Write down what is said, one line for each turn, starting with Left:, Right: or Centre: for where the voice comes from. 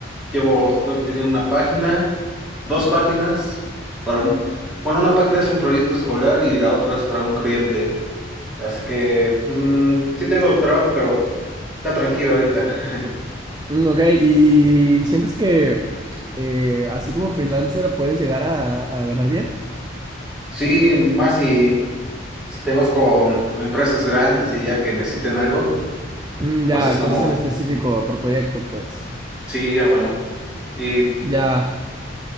Centre: llevo, estoy teniendo una página, dos páginas para un, bueno, una página es un proyecto escolar y la otra es para un cliente. Así que mm, sí tengo trabajo, pero está tranquilo ahorita. <laughs>
Right: Mm, ok, ¿y sientes que eh, así como freelancer puedes llegar a, a ganar bien?
Centre: Sí, más si, si te vas con empresas grandes y ya que necesiten algo,
Right: Mm,
Centre: pues
Right: ya,
Centre: es Claro.
Right: cosas en
Centre: como,
Right: específico por proyecto, pues.
Centre: sí, hermano. Y
Right: Ya,